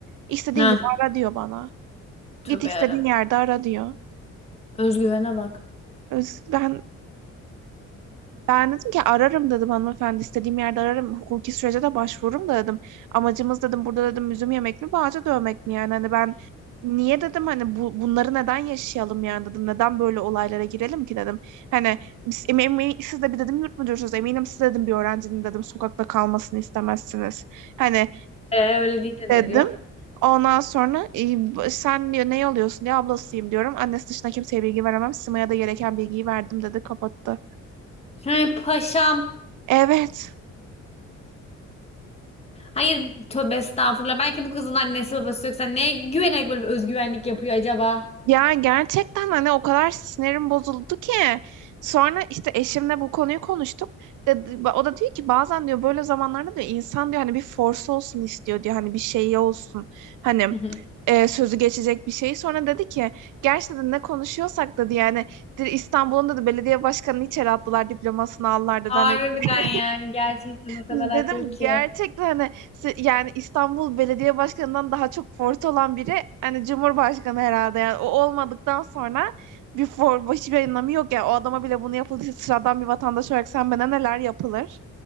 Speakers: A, on the right (about 85°); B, on the left (about 20°).
A: İstediğin
B: Ha.
A: gibi ara diyor bana.
B: Tövbe
A: Git istediğin
B: yarabbim.
A: yerde ara diyor.
B: Özgüvene bak.
A: Öz- Ben Ben dedim ki ararım dedim hanımefendi istediğim yerde ararım hukuki sürece de başvururum da dedim. Amacımız dedim burada dedim üzüm yemek mi bağcı dövmek mi yani hani ben niye dedim hani bu, bunları neden yaşayalım yani dedim neden böyle olaylara girelim ki dedim. Hani biz, em, em- siz de bir dedim yurt müdürsünüz eminim siz dedim bir öğrencinin dedim sokakta kalmasını istemezsiniz. Hani
B: Ee, öyle deyince ne
A: dedim.
B: diyor?
A: Ondan sonra e, sen diyor ne oluyorsun diye ablasıyım diyorum. Annesi dışında kimseye bilgi veremem. Sima'ya da gereken bilgiyi verdim dedi kapattı.
B: Hey paşam.
A: Evet.
B: Hayır tövbe estağfurullah. Belki bu kızın annesi babası yoksa neye güvenerek böyle bir özgüvenlik yapıyor acaba?
A: Ya gerçekten hani o kadar sinirim bozuldu ki. Sonra işte eşimle bu konuyu konuştuk. Dedi, o da diyor ki bazen diyor böyle zamanlarda diyor insan diyor hani bir force olsun istiyor diyor hani bir şey olsun. Hani
B: Hı hı.
A: e, sözü geçecek bir şey. Sonra dedi ki gerçekten ne konuşuyorsak dedi yani dedi, İstanbul'un dedi belediye başkanını içeri attılar diplomasını aldılar
B: Harbiden
A: dedi hani. <laughs>
B: yani gerçekten o kadar
A: Dedim
B: haklı ki.
A: gerçekten hani işte yani İstanbul Belediye Başkanı'ndan daha çok forte olan biri hani Cumhurbaşkanı herhalde yani o olmadıktan sonra bir for başı bir anlamı yok yani o adama bile bunu yapıldıysa sıradan bir vatandaş olarak sen bana neler yapılır